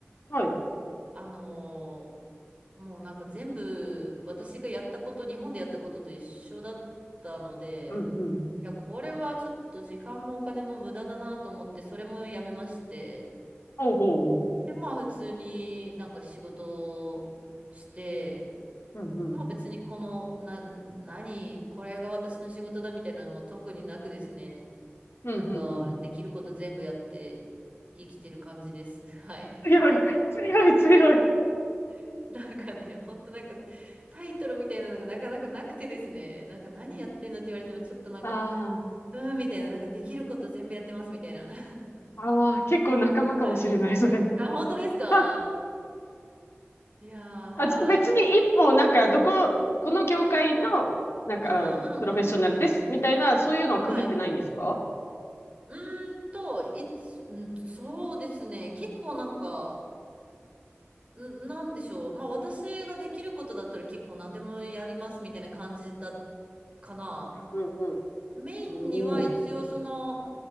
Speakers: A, on the left; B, on the right.
A: う。
B: あのーもうなんか全部私がやったこと、日本でやったことと一緒だったので、
A: うんうん。
B: いや、これはちょっと時間もお金も無駄だなと思って、それもやめまして、
A: ほうほうほ
B: で、まあ普通になんか仕事をして、
A: う。うんうん。
B: まあ別にこの、な、何、これが私の仕事だみたいなのも特になくですね、
A: うんうんうん。
B: なんかできること全部やって生きてる感じです。<laughs> はい。
A: 強い、強い、強い。
B: <laughs> なんかね、ほんとなんかタイトルみたいなのがなかなかなくてですね、なんか何やってんのって言われてもちょっとなんか、
A: あ
B: うーんみたいな、なんかできること全部やってますみたいな。<laughs>
A: あ、ああ、結構仲間かもしれない、
B: はい。
A: それ。
B: <laughs> あ、本当ですか
A: <laughs> あ、
B: いやー、はい。
A: あじゃあ別に一本、なんか、どこ、この業界の、なんか、
B: うんうんうん。
A: プロフェッショナルです、みたいな、そういうのは区切ってないんですか
B: はい。うーんと、いつ、うん、そうですね、結構なんか、ん、なんでしょう。まあ私ができることだったら結構何でもやりますみたいな感じだ、かな。
A: うんうん。
B: メインには一応その、
A: おお